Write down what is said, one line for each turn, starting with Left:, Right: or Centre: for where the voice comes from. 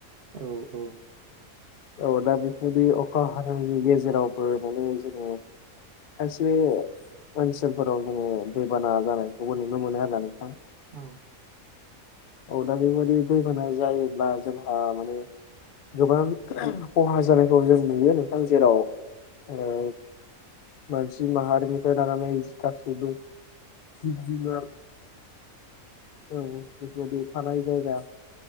Right: औ औ
Left: औ दा बेदि अखा हानायनि गेजेरावबो माने जोङो खायसे ओनसोलफोराव जोङो दैबाना जानायखौबो नुनो मोनो आरोना नोंथां
Right: औ
Left: औ दा बि दैबाना जायोब्ला जोंहा माने गोबां खहा जानायखौ जों नुयो नोंथां जेराव ए मानसि माहारिनिफ्राय लानानै सिखा सिदुं जिब जुनार ए बेफोरबादि थानाय जायगा